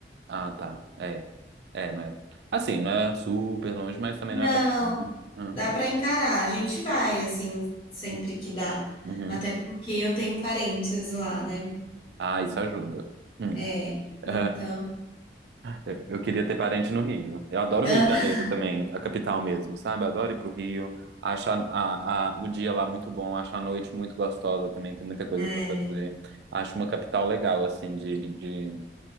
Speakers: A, on the right; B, on the left.
A: Ah, tá. É. É, não é. Assim, não é super longe, mas também
B: Não,
A: não é pertinho, né? Hum.
B: dá pra encarar, a gente vai assim sempre
A: hum,
B: que dá,
A: Uhum.
B: até porque eu tenho parentes lá, né?
A: Ah, isso ajuda. Hum.
B: É, então,
A: <laughs> Eu eu queria ter parente no Rio. Eu adoro
B: <laughs>
A: o Rio de Janeiro também, a capital mesmo, sabe? Eu adoro ir pro Rio. Acho a, a- a- o dia lá muito bom, acho a noite muito gostosa também, tem muita coisa
B: é,
A: pra fazer. Acho uma capital legal, assim, de, de,